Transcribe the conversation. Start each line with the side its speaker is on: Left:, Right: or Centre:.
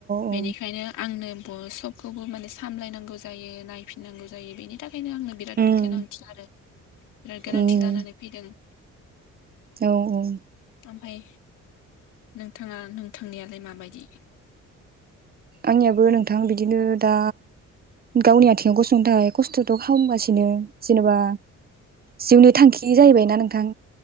Right: औ
Left: बेनिखायनो आंनो सबखौबो माने सामलायनांगौ जायो नायफिननांगौ जायो बेनि थाखाय ओंखायनो आंनो बिराद
Right: उम
Left: गोनांथि आरो बिराद गोनांथि
Right: उम
Left: जानानै फैदों
Right: औ औ
Left: ओमफाय नोंथाङा नोंथांनियालाय माबायदि
Right: आंनियाबो नोंथां बिदिनो दा गावनि आथिंङाव गसंथाइ खस्थ'थ' खालामगासिनो जेनेबा जिउनि थांखि जाहैबायना नोंथां।